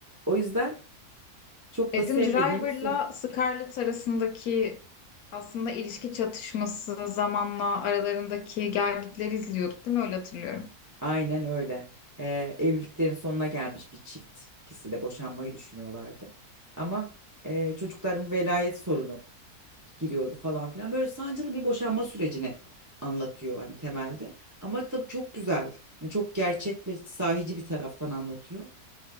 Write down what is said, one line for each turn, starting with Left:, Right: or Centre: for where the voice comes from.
Right: o yüzden. Çok
Left: Adam
Right: da sevmediğimiz,
Left: Driver'la Scarlett arasındaki aslında ilişki çatışması zamanla aralarındaki gelgitleri izliyorduk değil mi? Öyle hatırlıyorum.
Right: Aynen öyle. Ee, evliliklerin sonuna gelmiş bir çift. İkisi de boşanmayı düşünüyorlardı. Ama e, çocukların velayet sorunu giriyordu falan filan. Böyle sancılı bir boşanma sürecini anlatıyor hani temelde. Ama tabii çok güzel. Hani çok gerçek ve sahici bir taraftan anlatıyor.